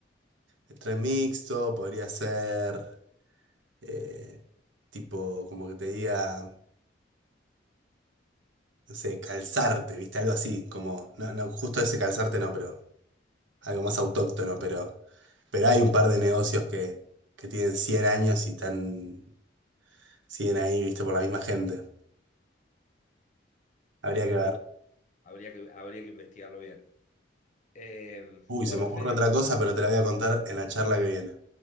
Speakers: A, on the right (about 80°); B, on the left (about 40°).
A: el tren mixto, podría ser... eh, tipo, como que te diga, no sé, calzarte, ¿viste? Algo así, como, no, no, justo ese calzarte no, pero algo más autóctono, pero, pero hay un par de negocios que, que tienen 100 años y están, siguen ahí, ¿viste? Por la misma gente. Habría
B: Sí,
A: que ver.
B: de- habría que, habría que investigarlo bien. Eh,
A: Uy,
B: bueno,
A: se me ocurre
B: Fede,
A: otra cosa, pero te la voy a contar en la charla que viene.